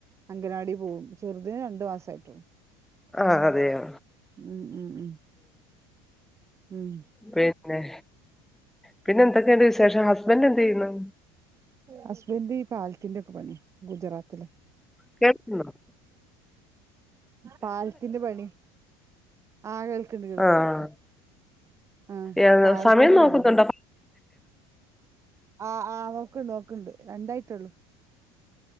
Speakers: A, on the right; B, in the centre.
A: അങ്കലവാടി പോവും ചെർതിന് രണ്ട് മാസായിട്ടൊള്ളൂ.
B: ആഹ് അതെയോ
A: ഉം ഉം ഉം ഉം
B: പിന്നെ പിന്നെ എന്തൊക്കെയണ്ട് വിശേഷം ഹസ്ബൻഡറ് എന്ത് ചെയ്യുന്നു?
A: ഹസ്ബന്ഡ് ഈ പാലത്തിന്റെ ഒക്കെ പണി ഗുജറാത്തില്
B: കേൾക്കുന്നു
A: പാലത്തിന്റെ പണി ആഹ് കേൾക്ക്ണ്ട് കേൾക്ക്ണ്ട്
B: ആഹ്
A: ആഹ്
B: ഏഹ്
A: പാലത്തിന്റെ
B: സമയം നോക്കുന്നുണ്ടോ
A: പണികുപോയ് ആഹ് ആഹ് നോക്കണ്ണ്ട് നോക്ക്ണ്ണ്ട് രണ്ടായിട്ടൊള്ളൂ